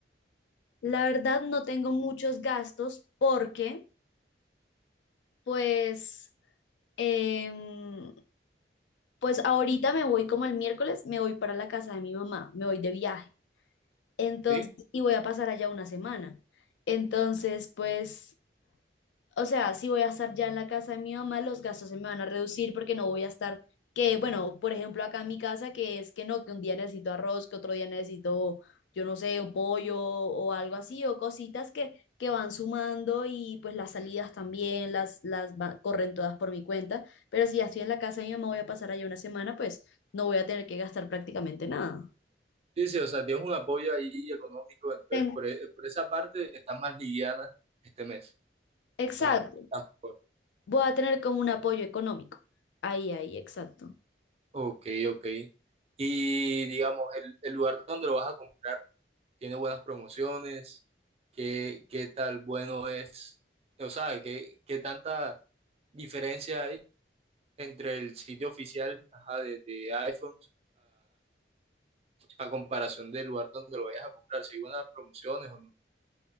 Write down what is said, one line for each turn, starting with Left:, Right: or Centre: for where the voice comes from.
Left: La verdad no tengo muchos gastos porque, pues, em, pues ahorita me voy como el miércoles, me voy para la casa de mi mamá, me voy de viaje. Entonces,
Right: Sí,
Left: y voy a pasar allá una semana. Entonces, pues, o sea, si voy a estar ya en la casa de mi mamá, los gastos se me van a reducir porque no voy a estar, que bueno, por ejemplo, acá en mi casa, que es que no, que un día necesito arroz, que otro día necesito, yo no sé, un pollo o algo así, o cositas que, que van sumando y pues las salidas también, las, las va- corren todas por mi cuenta. Pero si ya estoy en la casa de mi mamá, voy a pasar allá una semana, pues no voy a tener que gastar prácticamente nada.
Right: sí, sí, o sea, tienes un apoyo ahí económico, entonces
Left: Ten-
Right: por, e- por esa parte estás más liviana este mes.
Left: Exacto.
Right: Está, está mejor.
Left: voy a tener como un apoyo económico. Ahí, ahí, exacto.
Right: Ok, ok. Y digamos, el, el lugar donde lo vas a comprar tiene buenas promociones, ¿qué, qué tal bueno es? O sea, ¿qué, qué tanta diferencia hay entre el sitio oficial, ajá, de, de iPhones a comparación del lugar donde lo vayas a comprar, si hay buenas promociones o no.